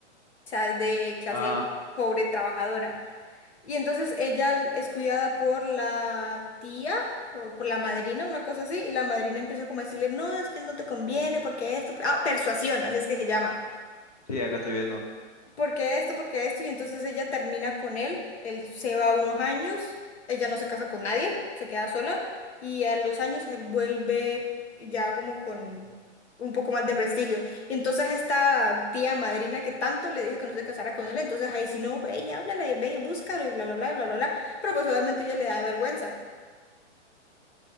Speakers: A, on the left (about 65°); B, on the left (about 35°).
A: O sea, es de clase
B: Ah,
A: pobre trabajadora. Y entonces ella es cuidada por la tía o por la madrina, una cosa así, y la madrina empieza como a decirle, no, es que él no te conviene porque esto, ah, persuasión, así es que se llama.
B: sí, acá estoy viendo.
A: ¿por qué esto? ¿Por qué esto? Y entonces ella termina con él, él se va unos años, ella no se casa con nadie, se queda sola y a los años él vuelve ya como con un poco más de prestigio. Y entonces esta tía madrina que tanto le dijo que no se casara con él, entonces ahí si no, ve y háblale, ve y búscalo y bla, bla, bla, bla, bla, bla. Pero pues obviamente ella le da vergüenza.